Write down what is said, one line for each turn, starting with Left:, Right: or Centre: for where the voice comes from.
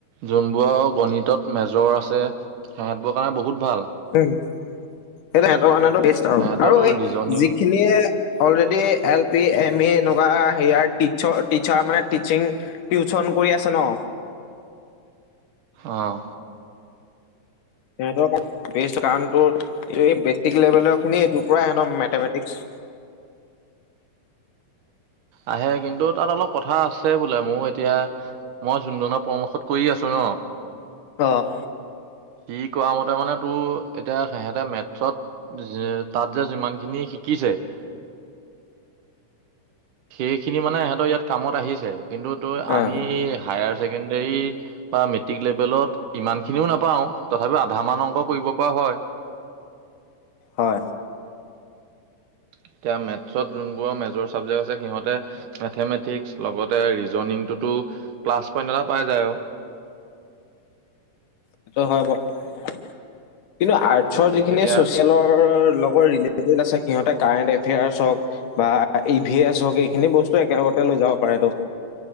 Right: যোনবোৰ গণিতত। মেজৰ আছে সিহঁতবোৰৰ কাৰণে বহুত। ভাল
Left: হয়। এনেই সিহঁতৰ কাৰণে টো।
Right: সেহঁততো
Left: আৰু -আৰু এই
Right: ৰিজনিং
Left: যিখিনিয়ে অলৰেডি এল। এম এ এনেকুৱা সেয়া ট টিচাৰ মানে টিচিং। টিউচন কৰি আছে ন।
Right: আহ।
Left: সিহঁতৰ বে কাৰণটো এই বেচিক লেভেলৰ খিনি এইটোৰ পৰা সিহঁতৰ মেথেমেটিকস।
Right: আহে কিন্তু তাত অলপ কথা আছে বোলে মোৰ এতিয়া মই যোন ধনৰ পৰামৰ্শত কৰি আছো ন'
Left: অ'
Right: কি কৰা মতে মানে তোৰ এতিয়া সিহঁতে মেথছত তাত যে যিমানখিনি শিকিছে। সেইখিনি মানে এহেতৰ ইয়াত কামত আহিছে। কিন্তু তই আমি
Left: অ
Right: হায়াৰ। বা মেট্ৰিক লেভেলত ইমান খিনিওঁ নাপাওঁ তথাপিও আধা মান অংক ৱ কৰিব পৰা হয়।
Left: হয়।
Right: এতিয়া মেথছত যোনবোৰ মেজৰ চাবজেক্ট আছে সিহঁতে মেথেমেটিক্স লগতে ৰিজনংটোতো ক্লাছ পটা পাই যায় অঁ
Left: সেইটো হয় বাৰু কিন্তু আৰ্টচৰ
Right: সেইটো
Left: যিখিনি
Right: এতিয়া
Left: চচিয়েলৰ লগত ৰিলেটেড আছে সিহঁতে কাৰেণ্ট এফেয়াৰ্চ হওঁক বা ই ভি এছ হওক এইখিনি বস্তু একেলগতে লৈ যাব পাৰে তো